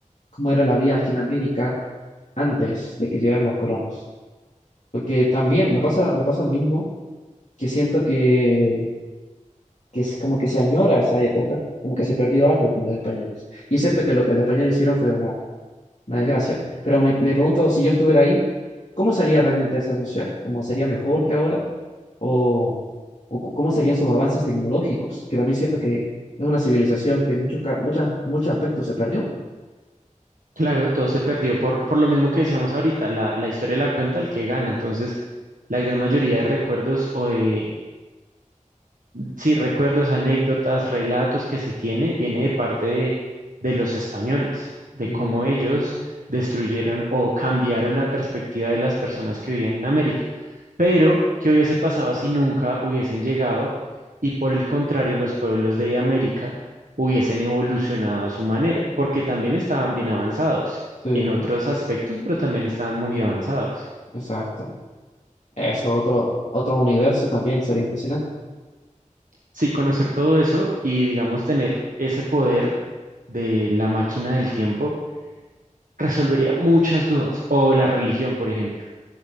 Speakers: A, on the left; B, on the right.
A: cómo era la vida aquí en América antes de que llegaran los colonos. Porque también me pasa, me pasa lo mismo, que siento que, que es como que se añora esa época, como que se perdió algo con los españoles. Y es cierto que lo que los españoles hicieron fue una, una desgracia, pero me, me pregunto si yo estuviera ahí. ¿Cómo sería realmente esa sociedad? ¿Cómo sería mejor que ahora? ¿O, o cu- cómo serían sus avances tecnológicos? Que también siento que es una civilización que en muchos, ca- muchas, muchos aspectos se perdió.
B: Claro, todo se perdió por, por lo mismo que decíamos ahorita, la, la historia la cuenta el que gana, entonces la gran mayoría de recuerdos o de sí, recuerdos, anécdotas, relatos que se tiene, viene de parte de, de los españoles, de
A: Ujú,
B: cómo ellos destruyeron o cambiaron la perspectiva de las personas que vivían en América. Pero, ¿qué hubiese pasado si nunca hubiesen llegado y por el contrario los pueblos de América hubiesen evolucionado a su manera? Porque también estaban bien avanzados
A: Sí,
B: en otros aspectos, pero también estaban muy avanzados.
A: exacto. Eso, otro, otro universo también sería impresionante.
B: Sí, conocer todo eso y, digamos, tener ese poder de la máquina del tiempo resolvería muchas dudas. O la religión, por ejemplo,